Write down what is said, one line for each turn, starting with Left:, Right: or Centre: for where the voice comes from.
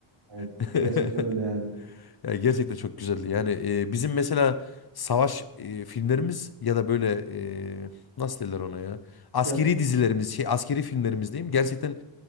Right: Evet.
Left: <laughs>
Right: Gerçekten öyle yani.
Left: Ya gerçekten çok güzeldi. Yani e, bizim mesela savaş e, filmlerimiz ya da böyle e, nasıl derler ona ya? Askeri
Right: Ya
Left: dizilerimiz, şey askeri filmlerimiz diyeyim. Gerçekten